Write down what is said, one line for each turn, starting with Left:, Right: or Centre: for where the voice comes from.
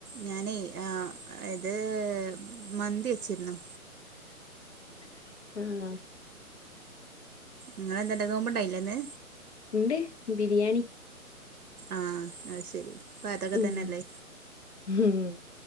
Right: ഞാനേയ് ആ ഇത് മന്തി വച്ചിരുന്നു
Left: <inaudible>
Right: ഇങ്ങളെന്തിണ്ടായി നോമ്പണ്ടായില്ലിന്ന്
Left: ഇണ്ട് ബിരിയാണി
Right: ആ അത്‌ ശരി ഇപ്പം അതൊക്കെ
Left: ഉം
Right: തന്നെയല്ലേ
Left: ഹും